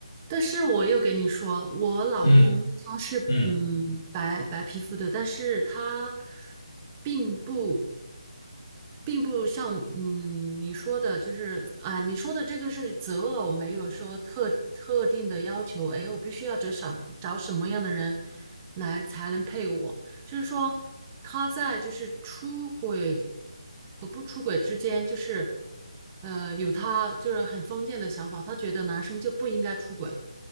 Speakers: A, on the right; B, on the left.
A: 但是我又给你说，我老公他是嗯白白皮肤的，
B: 嗯嗯嗯
A: 但是他并不。并不像嗯你说的，就是啊，你说的这个是择偶，没有说特特定的要求。哎，我必须要找什找什么样的人来才能配我？就是说他在就是出轨和不出轨之间，就是呃有他就是很封建的想法，他觉得男生就不应该出轨。